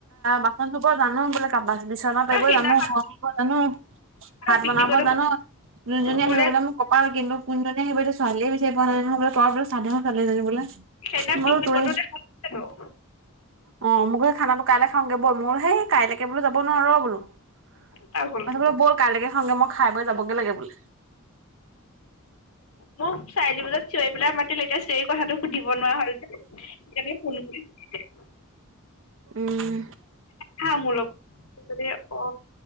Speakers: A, on the right (about 60°); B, on the left (about 75°).
A: বাচন ধুব জানো বোলে কা বিচনা পাৰিব
B: অ সিদিনাখন
A: জানো ঘৰ সাৰিব জানো। ভাত
B: পিকনিকতো
A: বনাব জানো যোনজনী
B: মোলে
A: আহিব বোলে মোক কপাল কিন্তু কোন জনী আহিব ছোৱালীয়ে বিচাৰ পোৱা নাই নহয় বোলে তই বোলে চাধেন ছোৱালীজনী বোলে।
B: সেই দিনা
A: মই
B: পিকনিকতো
A: বোলো তোৰে
B: দেখিছিলোঁ।
A: অ মোক সেই খানাটো কাইলৈ খাওঁগৈ বল মোৰ সেই কাইলৈকে বোলো যাব নোৱাৰো ৰ বোলো। <unintelligible>
B: পাগলটো।
A: বোলে বল কাইলৈকে খাওগে মই খাই বৈ যাবগে লাগে বুলি।
B: মোক চাই দিবলে চিঞৰি পেলাই মাতিলে এতিয়া চিঞৰি কথাটো সুধিব নোৱাৰা হ'ল যে। এনেই ফোন কৰিছিলে।
A: উম।
B: হা মূলক পাছতে অ